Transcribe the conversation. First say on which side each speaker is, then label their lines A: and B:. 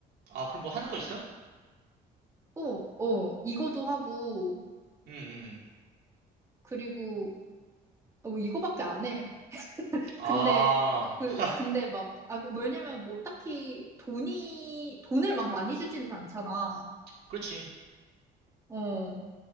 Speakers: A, on the right; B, on the right.
A: 아, 그럼 뭐 하는 거 있어?
B: 어, 어, 이거도 하고,
A: 응, 응, 응.
B: 그리고, 어, 이거밖에 안 해.
A: 아,
B: 근데, 그,
A: 하,
B: 근데 막, 아, 왜냐면 뭐 딱히 돈이, 돈을 막 많이 주지는 않잖아.
A: 그렇지.
B: 어.